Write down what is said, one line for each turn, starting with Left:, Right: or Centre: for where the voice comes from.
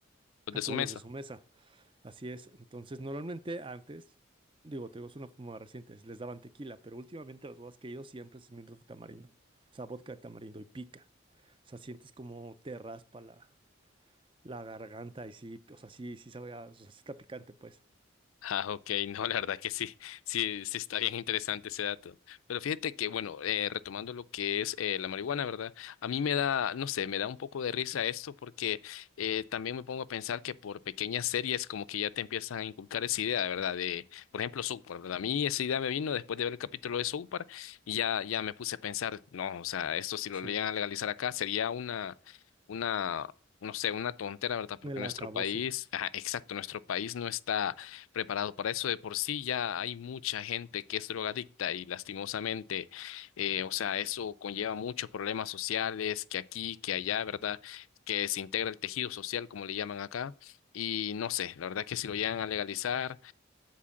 Left: Pues
Right: a
Left: de su
Right: todos
Left: mesa.
Right: los de su mesa. Así es. Entonces, normalmente antes, digo, te digo, es una forma reciente, les daban tequila, pero últimamente a los bodas que he ido siempre es mirro de tamarindo. O sea, vodka de tamarindo y pica. O sea, sientes como te raspa la, la garganta y sí, o sea, sí, sí sabe, a- o sea, sí está picante, pues.
Left: Ah, ok, <laughs> no, la verdad que sí, sí, sí está bien interesante ese dato. Pero fíjate que, bueno, eh, retomando lo que es eh, la marihuana, ¿verdad? A mí me da, no sé, me da un poco de risa esto porque eh, también me pongo a pensar que por pequeñas series como que ya te empiezan a inculcar esa idea, ¿verdad? De, por ejemplo, South Park, ¿verdad? A mí esa idea me vino después de ver el capítulo de South Park y ya, ya me puse a pensar, no, o sea, esto si lo
Right: Sí,
Left: llegan a legalizar acá sería una, una, no sé, una tontera, ¿verdad? Porque
Right: el
Left: nuestro
Right: acabose.
Left: país, ajá, exacto, nuestro país no está preparado para eso. De por sí ya hay mucha gente que es drogadicta y lastimosamente, eh, o sea, eso conlleva muchos problemas sociales, que aquí, que allá, ¿verdad? Que se integra el tejido social, como le llaman acá. Y no sé, la verdad que si lo llegan a legalizar,